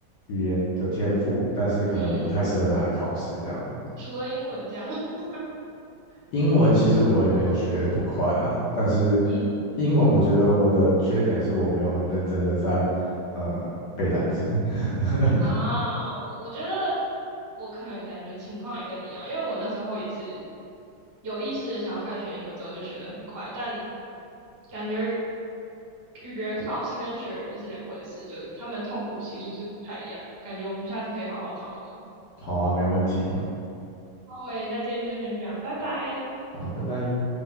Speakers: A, on the left (about 60°); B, on the right (about 25°).
A: 语言的天赋，但是可能我不太适合拿来考试这样子。
B: 嗯，除了英文这样，<laughs>
A: 英文其实我也没有学不快啦，但是
B: 嗯
A: 英文我觉得我的缺点是我没有很认真的在呃背单词。<laughs>
B: 啊，我我觉得我可能感觉情况也跟你一样，因为我那时候也是有意识的想要开始学英文之后就学得很快，但感觉语言考试跟学语言是两回事，就他们痛苦系数是不太一样的，感觉我们下次可以好好讨论。
A: 好啊，没问题。
B: 好诶，那今天就先这样，拜拜。
A: 好，拜拜。